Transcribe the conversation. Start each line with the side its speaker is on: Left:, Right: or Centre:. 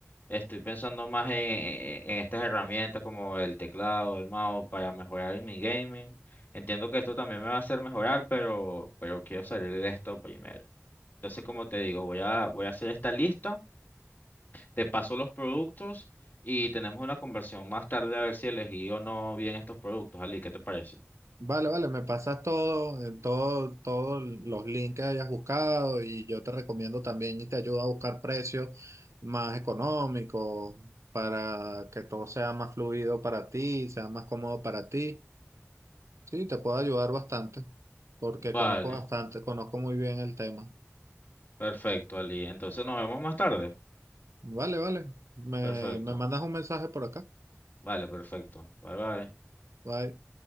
Left: Estoy pensando más en, en- en estas herramientas como el teclado, el mouse para mejorar en mi gaming. Entiendo que esto también me va a hacer mejorar, pero, pero quiero salir de esto primero. Entonces, como te digo, voy a, voy a hacer esta lista, te paso los productos y tenemos una conversión más tarde a ver si elegí o no bien estos productos, Ali. ¿Qué te parece?
Right: Vale, vale, me pasas todo, en todo, todos los links que hayas buscado y yo te recomiendo también y te ayudo a buscar precios más económicos para que todo sea más fluido para ti, sea más cómodo para ti. Sí, te puedo ayudar bastante porque
Left: Vale,
Right: conozco bastante, conozco muy bien el tema.
Left: perfecto, Ali. Entonces nos vemos más tarde.
Right: Vale, vale, me,
Left: Perfecto.
Right: me mandas un mensaje por acá.
Left: Vale, perfecto. Bye bye.
Right: Bye.